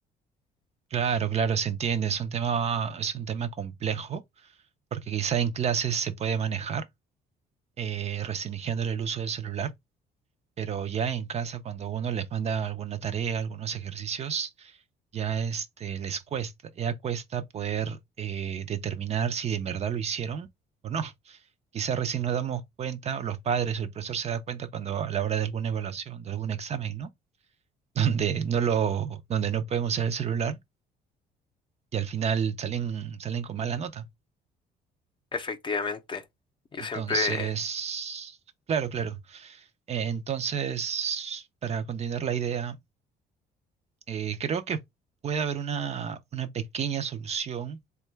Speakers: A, on the right (about 40°); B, on the left (about 30°).
A: Claro, claro, se entiende. Es un tema, es un tema complejo, porque quizá en clases se puede manejar, eh, restringiéndole el uso del celular, pero ya en casa, cuando uno les manda alguna tarea, algunos ejercicios, ya este, les cuesta, ya cuesta poder eh, determinar si de verdad lo hicieron o no. Quizá recién nos damos cuenta, o los padres o el profesor se da cuenta cuando a la hora de alguna evaluación, de algún examen, ¿no? <laughs> Donde no lo, donde no pueden usar el celular y al final salen, salen con mala nota.
B: Efectivamente, yo
A: Entonces,
B: siempre,
A: claro, claro. Eh, entonces, para continuar la idea, eh, creo que puede haber una, una pequeña solución